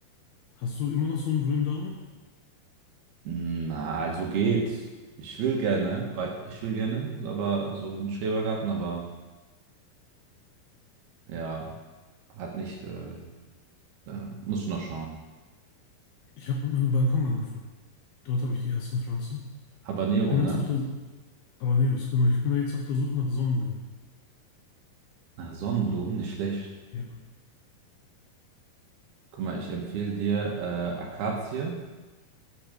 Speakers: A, on the left (about 70°); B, on the right (about 75°).
A: Hast du immer noch so einen grünen Daumen?
B: Na, also geht. Ich will gerne, weil ich will gerne, aber so einen Schrebergarten, aber ja, Hat nicht, äh, äh, muss ich noch schauen.
A: Ich habe mit meinem Balkon angefangen. Dort habe ich die ersten Pflanzen.
B: Habanero,
A: Ich bin
B: ne?
A: jetzt auf der Habaneros, genau. Ich bin da jetzt auf der Suche nach Sonnenblumen.
B: Ach, Sonnenblumen, nicht schlecht.
A: Ja,
B: Guck mal, ich empfehle dir äh, Akazie